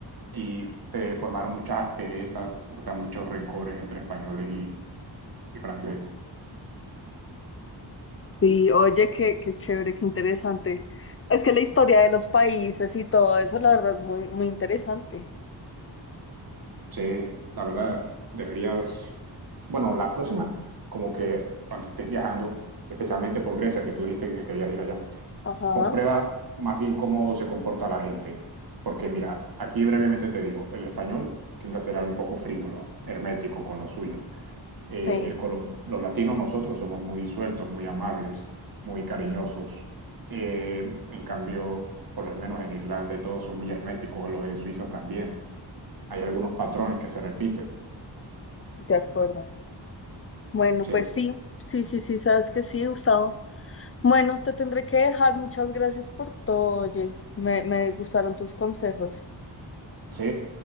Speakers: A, on the right; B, on the left.
A: y se formaron muchas asperezas, o sea, muchos rencores entre españoles y, y franceses.
B: Sí, oye, qué, qué chévere, qué interesante. Es que la historia de los países y todo eso, la verdad, es muy, muy interesante.
A: Sí, la verdad, deberías... Bueno, la próxima, como que cuando estés viajando, especialmente por Grecia, que tú dijiste que querías ir allá,
B: Ajá,
A: comprueba más bien cómo se comporta la gente. Porque mira, aquí brevemente te digo, el español tiende a ser algo un poco frívolo, hermético con los suyos. Eh,
B: sí,
A: el colom- los latinos nosotros somos muy sueltos, muy amables, muy cariñosos. Eh, en cambio, por lo menos en Irlanda y todo son muy herméticos, lo de Suiza también. Hay algunos patrones que se repiten.
B: de acuerdo. Bueno,
A: Sí,
B: pues sí, sí, sí, sí, sabes que sí, Gustavo. Bueno, te tendré que dejar. Muchas gracias por todo, oye. Me, me gustaron tus consejos.
A: Sí,